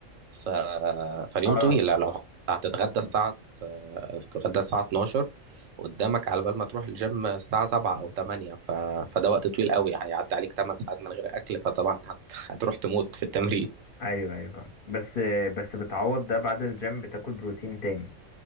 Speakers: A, on the right; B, on the left.
A: ف... فاليوم
B: اه
A: طويل يعني لو هتتغدى الساعة هتتغدى الساعة 12 قدامك على بال ما تروح الجيم الساعة 7 أو 8 ف... فده وقت طويل قوي هيعدي عليك 8 ساعات من غير أكل فطبعا هت... <laughs> هتروح تموت في التمرين
B: ايوه ايوه فاهم بس بس بتعوض ده بعد الجيم بتاكل بروتين تاني